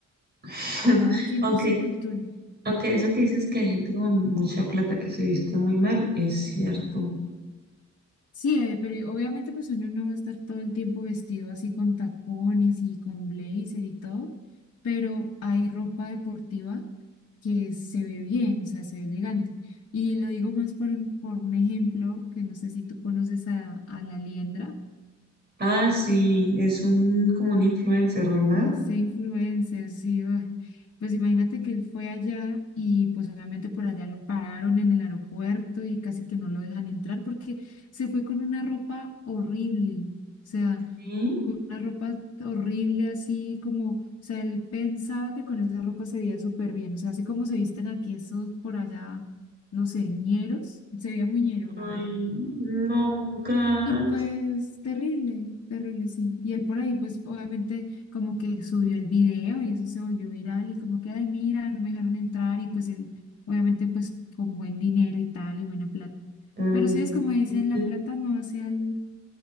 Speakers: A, on the right (about 35°); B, on the left (about 55°).
A: <laughs>
B: Cada quien
A: Aunque
B: con su cultura.
A: Aunque eso que dices que hay gente con mucha plata que se viste muy mal, es cierto.
B: Sí, eh, pero obviamente pues uno no va a estar todo el tiempo vestido así con tacones y con blazer y todo, pero hay ropa deportiva que se ve bien, o sea, se ve elegante. Y lo digo más por un, por un ejemplo, que no sé si tú conoces a, a La Liendra,
A: Ah, sí, es un como un influencer, ¿verdad?
B: ese influencer, sí, ay, pues imagínate que él fue allá y pues obviamente por allá lo pararon en el aeropuerto y casi que no lo dejan entrar porque se fue con una ropa horrible, o sea...
A: Sí.
B: con una ropa horrible así como, o sea, él pensaba que con esa ropa se veía súper bien, o sea, así como se visten aquí esos por allá, no sé, ñeros, se veía muy ñero, la
A: Ay,
B: verdad.
A: no, gas.
B: Y pues terrible, terrible, sí. Y él por ahí, pues obviamente como que subió el video y eso se volvió viral y como que, ay, mira, no me dejaron entrar y pues él, obviamente pues con buen dinero y tal y buena plata.
A: Pero
B: Pero
A: sí,
B: sí es como dicen,
A: sí,
B: la plata no hace al,